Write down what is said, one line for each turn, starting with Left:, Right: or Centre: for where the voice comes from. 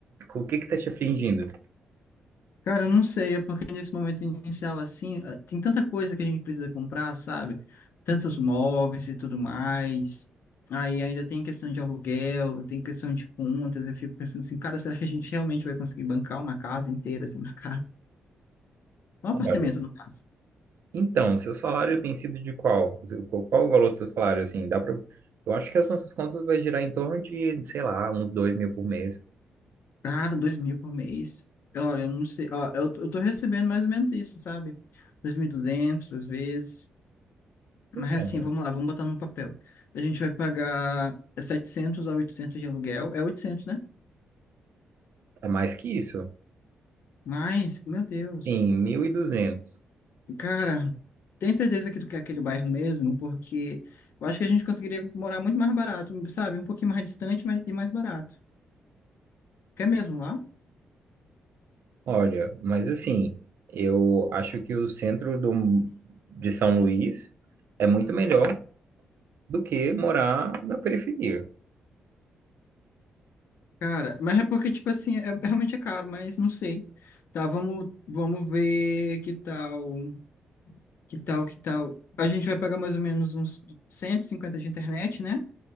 Right: com o que que tá te afligindo?
Left: Cara, eu não sei, é porque nesse momento inicial, assim, ah, tem tanta coisa que a gente precisa comprar, sabe? Tantos móveis e tudo mais. Aí ainda tem questão de aluguel, tem questão de contas. Eu fico pensando assim, cara, será que a gente realmente vai conseguir bancar uma casa inteira, assim, <laughs> na casa? Um apartamento,
Right: Olha,
Left: no caso.
Right: então, seu salário tem sido de qual? Seu- Qual qual o valor do seu salário, assim, dá pra... Eu acho que as nossas contas vai girar em torno de, sei lá, uns dois mil por mês.
Left: Cara, dois mil por mês. Olha, eu não sei. Ó, eu, eu tô recebendo mais ou menos isso, sabe? dois mil e duzentos às vezes. Mas
Right: Então,
Left: assim, vamos lá, vamos botar no papel. A gente vai pagar 700 a 800 de aluguel. É oitocentos né?
Right: é mais que isso.
Left: Mas, meu Deus.
Right: Sim, mil e duzentos.
Left: Cara, tem certeza que tu quer aquele bairro mesmo? Porque eu acho que a gente conseguiria morar muito mais barato, sabe? Um pouquinho mais distante mas, e mais barato. Quer mesmo lá?
Right: Olha, mas assim, eu acho que o centro do, de São Luís é muito melhor do que morar na periferia.
Left: Cara, mas é porque, tipo assim, é, é realmente é caro, mas não sei. Tá, vamos, vamos ver que tal, que tal, que tal. A gente vai pagar mais ou menos uns 150 de internet, né?